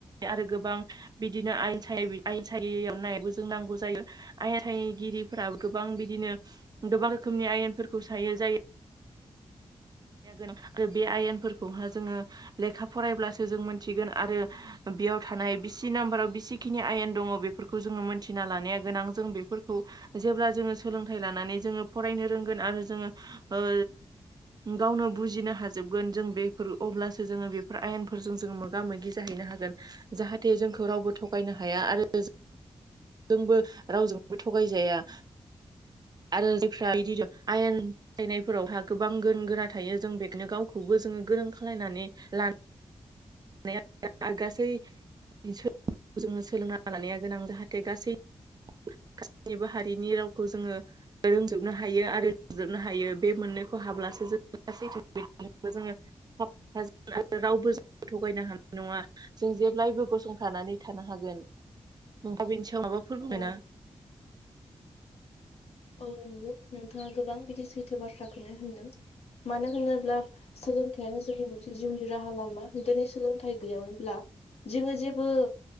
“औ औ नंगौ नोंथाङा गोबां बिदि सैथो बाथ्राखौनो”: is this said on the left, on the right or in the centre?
Left